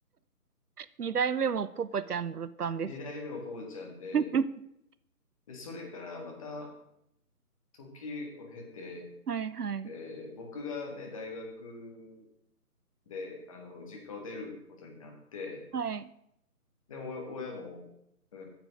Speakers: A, on the right; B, on the left.
A: 二代目もポポちゃんだったんです。
B: 二代目もポポちゃんで、
A: <laughs>
B: で、それからまた時を経て、
A: はいはい、
B: えー僕がね、大学で、あの、実家を出ることになって、
A: はい。
B: でも、お親も、うー